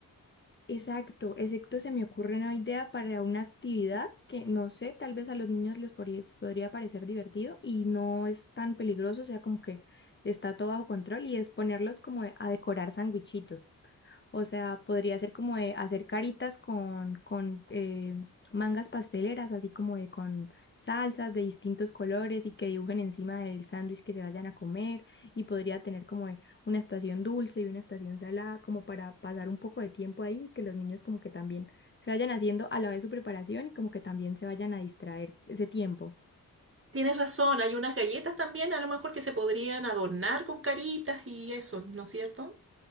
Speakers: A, on the left; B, on the right.
A: Exacto, exacto, se me ocurre una idea para una actividad que no sé, tal vez a los niños les podría, podría parecer divertido y no es tan peligroso, o sea, como que está todo bajo control y es ponerlos como a decorar sandwichitos. O sea, podría ser como de hacer caritas con, con eh, mangas pasteleras, así como de con salsas de distintos colores y que dibujen encima del sándwich que se vayan a comer. Y podría tener como de una estación dulce y una estación salada, como para pasar un poco de tiempo ahí, que los niños como que también se vayan haciendo a la vez su preparación y como que también se vayan a distraer ese tiempo.
B: Tienes razón, hay unas galletas también, a lo mejor que se podrían adornar con caritas y eso, ¿no es cierto?